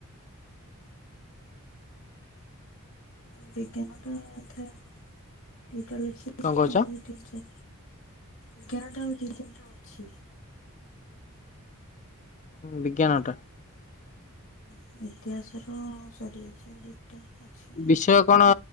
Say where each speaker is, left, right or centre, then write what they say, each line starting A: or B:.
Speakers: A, on the left; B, on the left.
A: ବିଜ୍ଞାନଟା ଅଧା ଦିଟା ଲେଖିଛି
B: କଣ କହୁଛ?
A: ଆଉ। ତିନି ଚାର ଏଗାରଟା ଆଉ ଦି ତିନିଟା ଅଛି।
B: ହଁ ବିଜ୍ଞାନଟା?
A: ହଁ ଇତିହାସ ର ସରିଯାଇଛି ଆଜି। ଟା ଅଛି।
B: ବିଷୟ କଣ